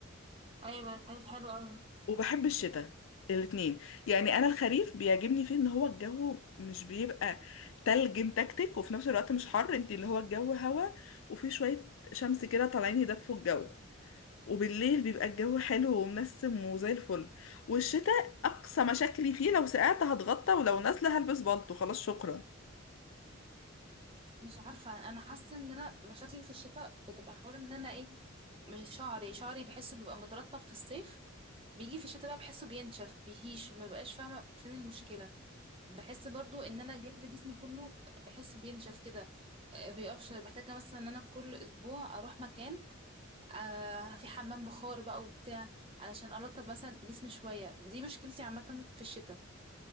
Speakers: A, on the right (about 25°); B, on the left (about 65°).
A: ايوه خايف حلو قوي
B: وبحب الشتاء الاتنين يعني انا الخريف بيعجبني فيه ان هو الجو مش بيبقى تلج متكتك وفي نفس الوقت مش حر انت اللي هو الجو هوا وفي شويه شمس كده طالعين يدفوا الجو وبالليل بيبقى الجو حلو ومنسم وزي الفل والشتاء اقصى مشاكلي فيه لو سقعت هتغطى ولو نازله هلبس بالطو خلاص شكرا
A: مش عارفة أنا حاسة إن أنا مشاكلي في الشتاء بتبقى حوار إن أنا إيه مش شعري شعري بحسه بيبقى مترطب في الصيف بيجي في الشتاء بقى بحسه بينشف بيهيش ما بقاش فاهمة فين المشكلة بحس برضو إن أنا جلد جسمي كله بحسه بينشف كده آه، بيقشر بحتاج مثلا إن أنا كل أسبوع أروح مكان آه في حمام بخار بقى وبتاع علشان أرطب مثلا جسمي شوية دي مشكلتي عامة في الشتاء